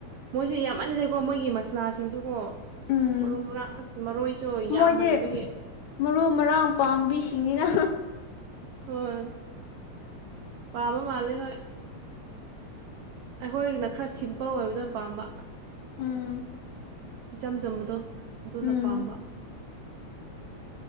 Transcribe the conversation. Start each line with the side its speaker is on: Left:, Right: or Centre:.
Right: ꯃꯣꯏꯁꯦ ꯌꯥꯝꯃꯜꯂꯦꯀꯣ ꯃꯣꯏꯒꯤ ꯃꯁꯂꯥꯁꯤꯡꯁꯨ ꯀꯣ
Left: ꯎꯝ
Right: ꯃꯔꯨ ꯃꯔꯥꯡ ꯑꯁ ꯃꯔꯣꯏꯁꯨ ꯌꯥꯝꯃꯟꯕꯒꯤ
Left: ꯃꯣꯏꯗꯤ ꯃꯔꯨ ꯃꯔꯥꯡ ꯄꯥꯝꯕꯤꯁꯤꯡꯅꯤꯅ
Right: ꯍꯣꯏ ꯑꯕ ꯃꯥꯂꯦ ꯍ ꯑꯩꯈꯣꯏꯅ ꯈꯔ ꯁꯤꯝꯄꯜ ꯑꯣꯏꯕꯅ ꯄꯥꯝꯕ
Left: ꯎꯝ
Right: ꯏꯆꯝ ꯆꯝꯕꯗꯣ ꯑꯗꯨꯣꯅ
Left: ꯎꯝ
Right: ꯄꯥꯝꯕ